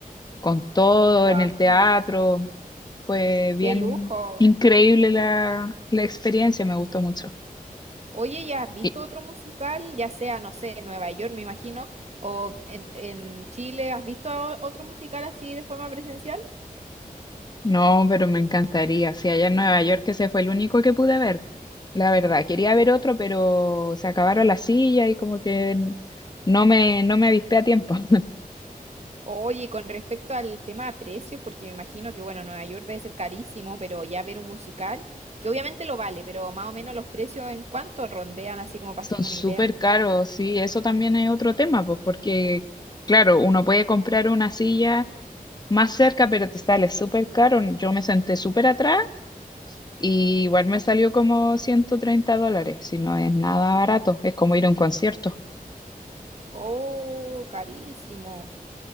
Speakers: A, on the left (about 25°); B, on the right (about 45°).
A: con todo,
B: ¡Guau!
A: en el teatro. Fue
B: ¡Qué
A: bien
B: lujo!
A: increíble la, la experiencia, me gustó mucho.
B: Oye, ¿ya has visto
A: Y,
B: otro musical? Ya sea, no sé, en Nueva York, me imagino, o en, en Chile, ¿has visto o- otro musical así de forma presencial?
A: no, pero me encantaría. Si allá en Nueva York ese fue el único que pude ver, la verdad. Quería ver otro, pero se acabaron las sillas y como que no me, no me avispé a tiempo. <laughs>
B: Oye, y con respecto al tema de precios, porque me imagino que, bueno, Nueva York debe ser carísimo, pero ya ver un musical, que obviamente lo vale, pero más o menos los precios en cuánto rondean, así como para
A: Son
B: hacerme
A: súper
B: una idea.
A: caros, sí, eso también es otro tema, pues, porque, claro, uno puede comprar una silla más cerca, pero te sale súper caro. Yo me senté súper atrás y igual me salió como 130 dólares, si no es nada barato, es como ir a un concierto.
B: ¡Oh, carísimo!